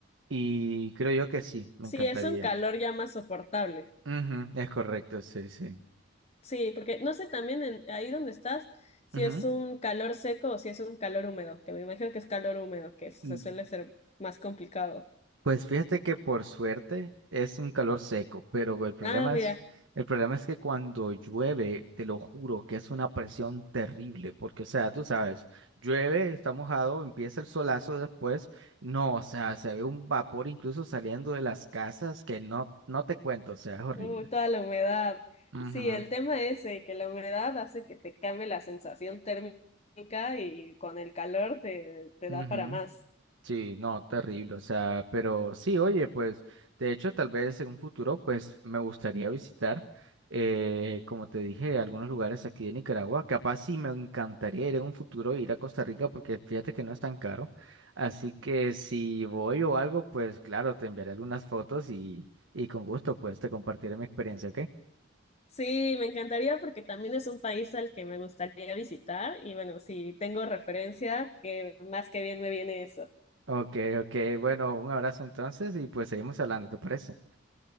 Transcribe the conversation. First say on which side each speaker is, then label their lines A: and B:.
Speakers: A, on the right (about 80°); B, on the left (about 35°).
A: Y creo yo que sí, me
B: Sí,
A: encantaría.
B: es un calor ya más soportable.
A: Ujú, es correcto, sí, sí.
B: Sí, porque no sé también en, ahí donde estás si
A: Ujú.
B: es un calor seco o si es un calor húmedo, que me imagino que es calor húmedo, que se
A: Mm,
B: suele ser más complicado.
A: Pues fíjate que por suerte es un calor seco, pero el problema
B: Ah, mira,
A: es, el problema es que cuando llueve, te lo juro que es una presión terrible, porque o sea, tú sabes, llueve, está mojado, empieza el solazo después, no, o sea, se ve un vapor incluso saliendo de las casas que no, no te cuento, o sea, es horrible.
B: uh, toda la humedad.
A: Ujú,
B: Sí, el tema es eh, que la humedad hace que te cambie la sensación térmica y con el calor te, te
A: ujú.
B: da para más.
A: Sí, no, terrible, o sea, pero sí, oye, pues, de hecho, tal vez en un futuro, pues, me gustaría visitar, eh, como te dije, algunos lugares aquí de Nicaragua, capaz sí me encantaría ir en un futuro, ir a Costa Rica, porque fíjate que no es tan caro, así que si voy o algo, pues, claro, te enviaré algunas fotos y, y con gusto, pues, te compartiré mi experiencia, ¿ok?
B: Sí, me encantaría porque también es un país al que me gustaría visitar y bueno, si tengo referencia, que más que bien me viene eso.
A: Ok, ok, bueno, un abrazo entonces y pues seguimos hablando, ¿te parece?